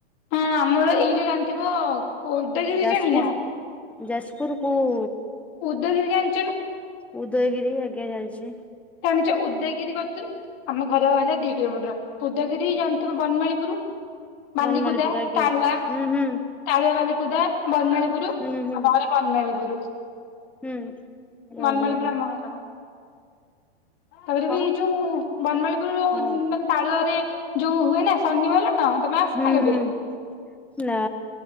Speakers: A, on the left; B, in the centre.
A: ହଁ ଆମର ଏଇ ଯୋଉ ଜାଣିଥିବ ଉଦୟଗିରି
B: ଯାଜପୁର
A: ଜାଣିନା?
B: ଯାଜପୁର କୋଉ
A: ଉଦୟଗିରି ଜାଣିଚ ନା?
B: ଉଦୟଗିରି ଆଜ୍ଞା ଜାଣିଚି।
A: ଜାଣିଚ ଉଦୟଗିରି କତିରୁ ଆମ ଘର ହେଲା ଦି କିଲୋମିଟର। ଉଦୟଗିରି ଜାଣିଥିବ ବନମାଳୀପୁର? ବାଲିକୁଦା
B: ବନମାଳିପୁର ଆଜ୍ଞା
A: ଟାଣୁଆ।
B: ହୁଁ ହୁଁ
A: ତାଳୁଆ ବାଲିକୁଦା ବନମାଳୀପୁର
B: ହୁଁ ହୁଁ
A: ଆମ ଘର ବନମାଳୀପୁର।
B: ହୁଁ
A: ବନମାଳୀପୁର
B: ଓହୋ
A: ଆମ ଘର। ତାପରେ
B: କଣ
A: ବି ଯୋଉ ବନମାଳୀପୁର
B: ହଁ
A: ମାନ ତାଳୁଆରେ ଯୋଉ ହୁଏନା ସନି ମେଳଣ ତମେ ଆସିନା
B: ହୁଁ
A: କେବେ?
B: ହୁଁ ନା।